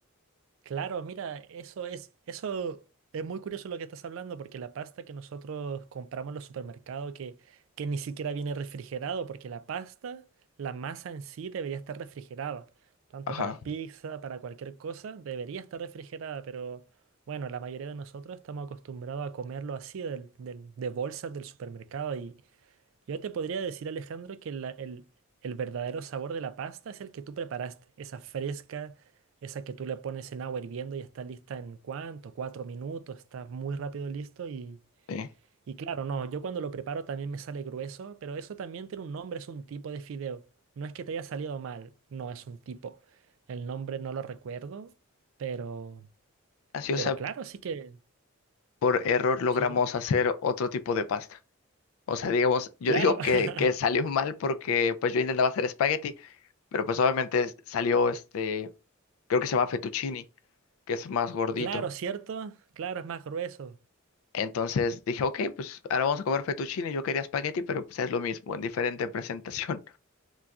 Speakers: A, on the right; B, on the left.
A: Claro, mira, eso es, eso es muy curioso lo que estás hablando, porque la pasta que nosotros compramos en los supermercados, que, que ni siquiera viene refrigerado, porque la pasta, la masa en sí debería estar refrigerada, tanto
B: Ajá,
A: para pizza, para cualquier cosa, debería estar refrigerada, pero bueno, la mayoría de nosotros estamos acostumbrados a comerlo así, del- del- de bolsas del supermercado, yo te podría decir, Alejandro, que la- el, el verdadero sabor de la pasta es el que tú preparaste, esa fresca, esa que tú le pones en agua hirviendo y está lista en cuánto, cuatro minutos, está muy rápido listo y,
B: sí.
A: y claro, no, yo cuando lo preparo también me sale grueso, pero eso también tiene un nombre, es un tipo de fideo. No es que te haya salido mal, no es un tipo. El nombre no lo recuerdo, pero,
B: Así, o
A: pero
B: sea,
A: claro, sí que...
B: por error logramos
A: Sí, dime.
B: hacer otro tipo de pasta. O sea, digamos, yo
A: claro,
B: digo que,
A: <laughs>
B: que salió mal porque pues yo intentaba hacer espagueti, pero pues obviamente es- salió este, creo que se llama fettuccini, que es más gordito.
A: claro, ¿cierto? Claro, es más grueso.
B: Entonces dije, ok, pues ahora vamos a comer fettuccini. Yo quería espagueti, pero pues es lo mismo, en diferente <laughs> presentación.